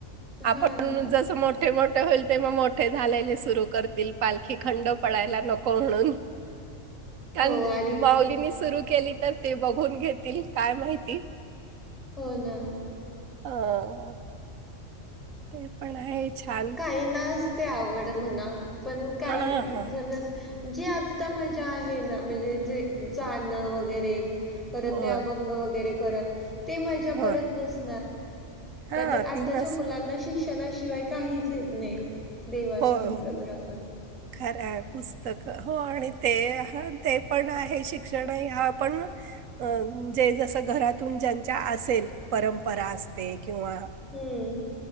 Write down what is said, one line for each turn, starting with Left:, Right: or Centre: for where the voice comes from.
Right: आपण
Centre: हा ना
Right: जस मोठे मोठ ठ होईल ते मग मोठे झालेले सुरू करतील पालखी खंड पडायला नको म्हणून
Centre: <unintelligible>
Right: कारण
Centre: आणि
Right: माऊलीनी सुरू केली तर ते बघून घेतील काय माहिती
Centre: हो ना
Right: ह ते पण आहे छान
Centre: काही ना असते आवड म्हणा पण काही
Right: हा हा
Centre: जण जी आता मजा आहे ना म्हणजे जे चाण वगैरे परत
Right: होय
Centre: ते अभंग वगैरे करत ते माजा
Right: होय
Centre: परत नस
Right: हा
Centre: आ
Right: ती नस
Centre: मुलां श श्षणाशिवाय काहीच येत नाही देवाचं
Right: हो
Centre: म्हटलं
Right: हो
Centre: तर आपण
Right: खरं आहे पुस्तक हो आणि ते ते पण आहे शिक्षण ह पण अं जे जस घरातून ज्यांच्या असेल परंपरा असते किंवा
Centre: हम्म